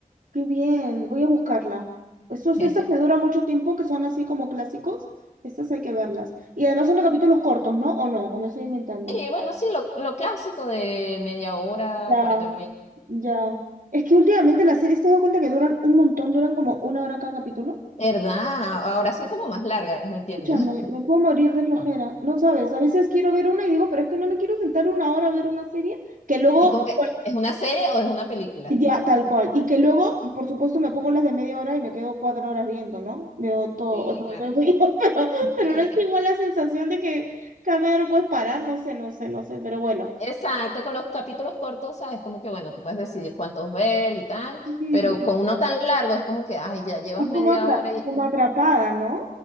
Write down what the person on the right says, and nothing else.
Qué bien, voy a buscarla. Esos,
esas que duran mucho tiempo, que son así como clásicos, estas hay que verlas. Y además son de capítulos cortos, ¿no? ¿O no? ¿O me estoy inventando?
Ya,
ya. Es que últimamente las series te has dado cuenta que duran un montón, duran como una hora cada capítulo.
Escúchame,
me puedo morir de flojera. No sabes, a veces quiero ver una y digo, pero es que no me quiero sentar una hora a ver una serie que luego
Ya, tal cual. Y que luego, por supuesto, me pongo las de media hora y me quedo cuatro horas viendo, ¿no? Veo todo,
ocho capítulos
seguidos, <laughs> pero,
pero no es igual la sensación de que cada media hora puedes parar, no sé, no sé, no sé, pero bueno.
Sí,
estás
como, atra-
como
atrapada,
¿no?